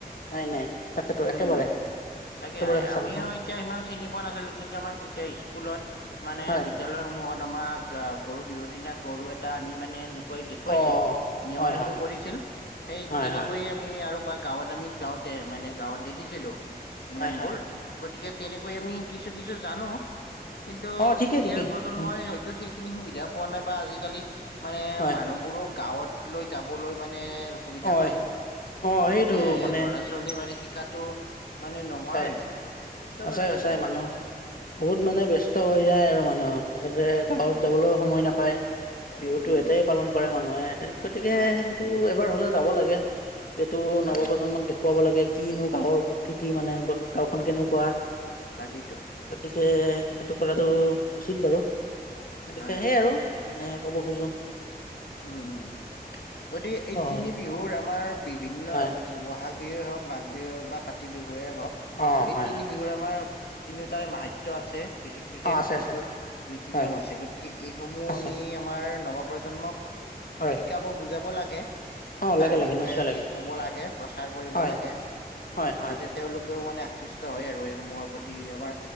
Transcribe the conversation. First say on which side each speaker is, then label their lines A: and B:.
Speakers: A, on the left; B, on the left.
A: নাই, তাকেতো!
B: উম
A: একেবাৰে।
B: তাকে,
A: একেবাৰে সঁচা
B: আমিও
A: কথা
B: এতিয়া সিমান চিনি পোৱা নাছিলোঁ। কিন্তু, আমাক তেতিয়া স্কুলত মানে,
A: হয়,
B: বিদ্যালয়সমূহত আমাক গৰু বিহুৰ দিনা গৰু এটা আনি মানে, দেখোৱাইছিল,
A: অ',
B: নিয়ম
A: হয়,
B: সমূহ
A: হয়, হয়,
B: কৰিছিল। সেই,
A: হয়,
B: তেনেকৈয়ে
A: হয়,
B: আমি আৰু বা গাঁৱত আমি, যাওঁতে মানে, গাঁৱত দেখিছিলোঁ নিয়মবোৰ।
A: হয়, হয়,
B: গতিকে, তেনেকৈ আমি কিছু, কিছু জানোঁ। কিন্তু,
A: অ', ঠিকে,
B: এতিয়া
A: ঠিকে
B: প্ৰ প্ৰজন্মই
A: হয়,
B: হয়তো সেইখিনি সুবিধা পোৱা নাই, বা আজিকালি মানে,
A: হয়।
B: মানুহবোৰো গাঁৱত লৈ যাবলৈ মানে, অসুবিধা
A: অয়
B: পায়।
A: অ
B: গতিকে,
A: সেইটো মানে
B: ল'ৰা ছোৱালী মানে শিকাটো মানে, নোহোৱা
A: সঁচাই
B: হৈছে। শিকাব
A: সঁচাই
B: লাগে
A: সঁচাই
B: আচলতে!
A: মানুহ বহুত মানে, ব্যস্ত হৈ যায় আৰু মানুহ। <unintelligible>
B: উম,
A: গাঁৱত
B: উম,
A: যাবলৈও সময় নাপায়। বিহুতো
B: উম, উম,
A: ইয়াতেই পালন কৰে মানুহে। গতিকে,
B: হয়,
A: সেইটো এবাৰ হ'লেও যাব লাগে। যিহেতু,
B: হয়,
A: নৱপ্ৰজন্মক
B: হয়,
A: দেখুৱাব লাগে! কিনো গাঁৱৰ প্ৰকৃতি মানে, গাঁওখন কেনেকুৱা?
B: তাকেইতো!
A: গতিকে, সেইটো কৰাটো উচিত বাৰু। গতিকে,
B: হয়, হয়,
A: সেই আৰু মানে, ক'ব খোজোঁ
B: উম! উম! গতিকে, এই
A: অ
B: তিনি বিহুৰ আমাৰ বিভিন্ন
A: হয়
B: ব'হাগ বিহুৱেই হওঁক, মাঘ বিহুৱে হওঁক বা কাতি বিহুৱে হওঁক।
A: অ
B: এই,
A: হয়
B: তিনি
A: হয়
B: বিহুৰ আমাৰ তিনিওটাৰে মাহাত্ম্য আছে। বিশেষ, বিশেষ
A: অ আছে
B: কিছু,
A: আছে
B: নীতি
A: হয়
B: নিয়ম আছে। গতিকে, এইসমূহ
A: আছে
B: আমি, আমাৰ নৱপ্ৰজন্মক
A: হয়
B: শিকাব, বুজাব লাগে।
A: অ
B: তাৰ
A: লাগে লাগে
B: বিষয়ে
A: নিশ্চয়
B: আমি
A: লাগে
B: ক'ব লাগে। প্ৰচাৰ কৰিব
A: হয়
B: লাগে।
A: হয় হয়
B: যাতে, তেওঁলোকেও মানে, আকৃষ্ট হয় আৰু এইসমূহৰ প্ৰতি। আমাৰ,